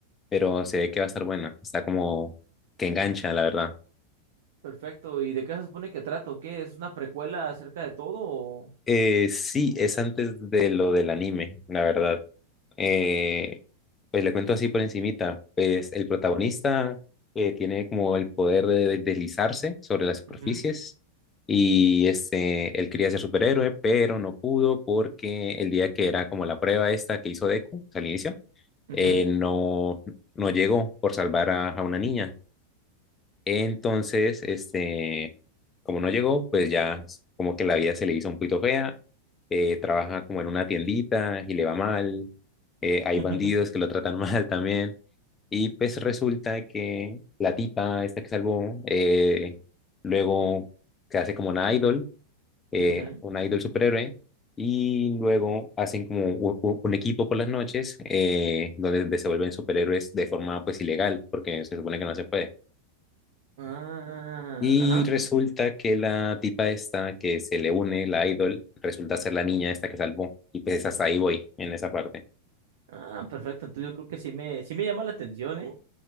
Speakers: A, on the left; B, on the right.
A: pero se ve que va a estar buena. Está como que engancha, la verdad.
B: Perfecto. ¿Y de qué se supone que trato? ¿Qué? ¿Es una precuela acerca de todo o...?
A: Eh, sí, es antes de lo del anime, la verdad. Eh, pues le cuento así por encimita. Pues el protagonista eh, tiene como el poder de deslizarse sobre las superficies
B: Ujú,
A: y este, él quería ser superhéroe, pero no pudo porque el día que era como la prueba esta que hizo Deku, o sea, al inicio,
B: ujú,
A: eh, no, no llegó por salvar a, a una niña. Entonces, este, como no llegó, pues ya como que la vida se le hizo un poquito fea. eh, trabaja como en una tiendita y le va mal. eh, hay
B: <laughs>
A: bandidos que lo tratan <laughs> mal también. Y pues resulta que la tipa, esta que salvó, eh, luego se hace como una idol, eh,
B: ujú.
A: una idol superhéroe. Y luego hacen como u- u- un equipo por las noches eh, donde se vuelven superhéroes de forma pues ilegal, porque se supone que no se puede.
B: Ah,
A: Y
B: ajá.
A: resulta que la tipa esta que se le une, la idol, resulta ser la niña esta que salvó. Y pues hasta ahí voy, en esa parte.
B: Ah, perfecto. Entonces yo creo que sí me, sí me llama la atención, ¿eh?